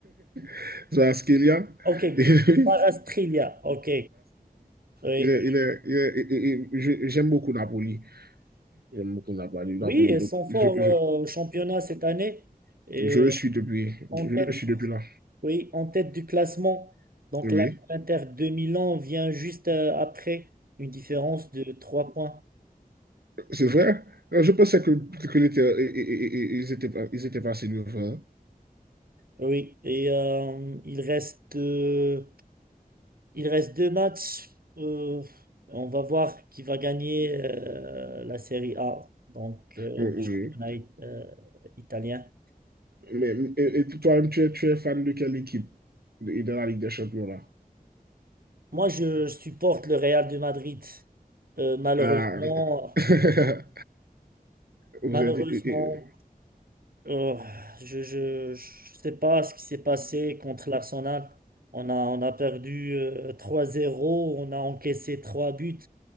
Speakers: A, on the right; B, on the right.
A: <laughs> Cavasquelia,
B: Ok,
A: <laughs> il est,
B: Guevara Strilia. Ok. Oui.
A: il est, il est, il est, il est, j'aime beaucoup Napoli. Il y a mot qu'on n'a pas lu, la
B: Oui,
A: police.
B: elles
A: Donc,
B: sont
A: je,
B: forts
A: je,
B: euh, au championnat cette année. Et
A: je le suis depuis.
B: en
A: Je
B: tête,
A: le suis depuis là.
B: oui, en tête du classement. Donc
A: Oui.
B: la- l'Inter de Milan vient juste euh, après, une différence de trois points.
A: C'est vrai. je pensais que, que l'été- et- et- ils, étaient, pas- ils étaient passés devant.
B: Oui, et euh, il reste, euh, il reste deux matchs. Euh, on va voir qui va gagner euh, la Série A, donc euh,
A: Oui.
B: le championnat i- euh, italien.
A: Mais et- et toi-même, tu es, tu es fan de quelle équipe de, de la Ligue des Champions là
B: Moi, je supporte le Real de Madrid. Euh, malheureusement,
A: Ah. <laughs> Vous
B: malheureusement,
A: êtes, et- et-
B: Euh, je, je, je sais pas ce qui s'est passé contre l'Arsenal. On a, on a perdu euh, 3-0, on a encaissé 3 buts